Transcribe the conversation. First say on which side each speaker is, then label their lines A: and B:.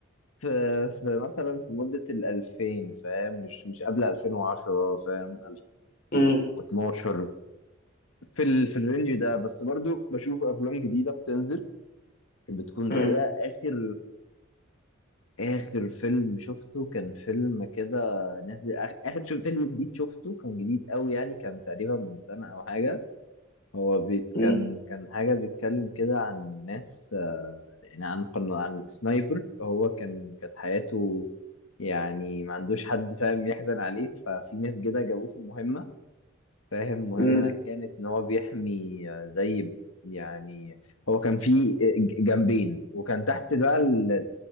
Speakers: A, on the left; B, on the left.
A: في في مثلا في مدة الألفين فاهم مش مش قبل 2010 فاهم
B: مم،
A: و12 في ال... في الرينج ده بس برضو بشوف افلام جديده بتنزل بتكون
B: مم،
A: رايقه اخر اخر فيلم شفته كان فيلم كده نازل آخ- اخر شو فيلم جديد شفته كان جديد قوي يعني كان تقريبا من سنه او حاجه هو بيت
B: مم،
A: كان كان حاجه بيتكلم كده عن ناس آه، يعني عن قن... عن سنايبر هو كان كانت حياته يعني ما عندوش حد فاهم يحزن عليه ففي ناس كده جابوه في مهمه فاهم مهمة
B: مم.
A: كانت إن هو بيحمي آه، زي يعني هو كان في ج- جنبين وكان تحت بقى ال-